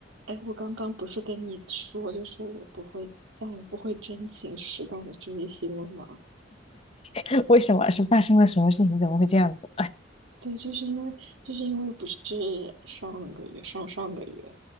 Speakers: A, on the right; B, on the left.
A: 哎，我刚刚不是跟你说，就是我不会再也不会真情实感的追星了吗？
B: <laughs> 为什么是发生了什么事情？怎么会这样子？
A: 对，就是因为就是因为不是上个月上上个月，